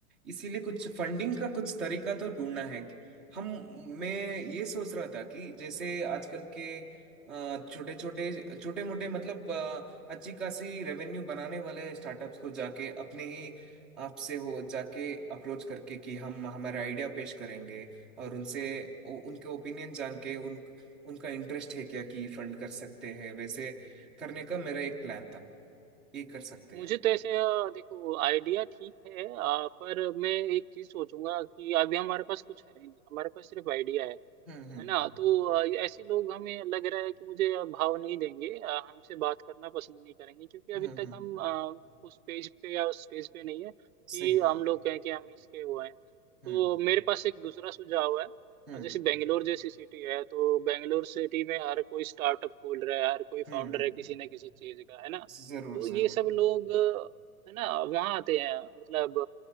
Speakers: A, in the centre; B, on the right (about 65°).
A: इसीलिए कुछ फंडिंग का कुछ तरीका तो ढूंढना है हम मैं ये सोच रहा था कि जैसे आजकल के छोटे छोटे छोटे मोटे मतलब अ, अच्छी खासी रेवेन्यू बनाने वाले स्टार्टअप्स को जाके अपने ही आपसे हो जाके अप्रोच करके कि हम हमारा आइडिया पेश करेंगे और उनसे उ- उनके ओपिनियन जान के उनका इंटरेस्ट है क्या कि फंड कर सकते हैं वैसे करने का मेरा एक प्लान था ये कर सकते
B: मुझे
A: हैं हम
B: तो ऐसे अ, देखो आइडिया ठीक है अ, पर मैं एक चीज सोचूंगा कि अभी हमारे पास कुछ है नहीं हमारे पास सिर्फ आइडिया है
A: हम्म हम्म
B: है ना तो अ, ऐसे लोग हमें लग रहा है कि मुझे अ, भाव नहीं देंगे अ, हमसे बात करना पसंद नहीं करेंगे क्योंकि अभी
A: हम्म
B: तक
A: हम्म
B: हम अ, उस पेज पे या उस स्टेज पे नहीं है कि
A: सही बात
B: हम लोग कहें कि हम इसके वो हैं तो
A: हम्म
B: मेरे पास एक दूसरा सुझाव है
A: हम्म
B: अ, जैसे बेंगलोर जैसी सिटी है तो बेंगलोर सिटी में हर कोई स्टार्टअप खोल रहा है हर कोई
A: हम्म
B: फाउंडर
A: हम्म
B: है किसी न किसी चीज का है ना
A: जरूर
B: तो ये
A: जरूर
B: सब लोग अ, है ना वहाँ आते हैं मतलब